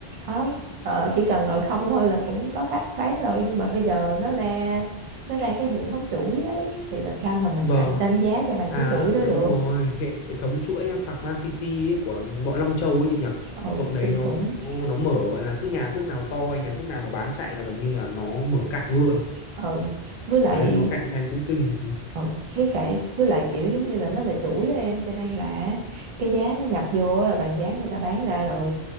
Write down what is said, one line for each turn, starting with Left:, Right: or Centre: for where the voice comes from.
Right: đó ờ, chỉ cần ngồi không thôi là cũng có cách bán rồi nhưng mà bây giờ nó ra nó ra cái hệ thống chuỗi ấy thì làm sao mà mình
Left: Vâng,
Right: cạnh tranh giá cho bằng
Left: à
Right: cái chuỗi đó
Left: đúng
Right: được
Left: rồi, hệ hệ thống chuỗi Pharmacity ấy, của bọn Long Châu ấy chị nhỉ.
Right: ừ
Left: Bọn đấy
Right: kinh
Left: nó
Right: khủng
Left: nó mở gọi là cứ nhà thuốc nào to, nhà thuốc nào mà bán chạy là gần như là nó mở cạnh luôn.
Right: ừ với lại
Left: Đấy, nó cạnh tranh cũng kinh.
Right: ừ với lại với lại kiểu giống như là nó là chuỗi á em cho nên là cái giá nó nhập vô á là bằng giá người ta bán ra rồi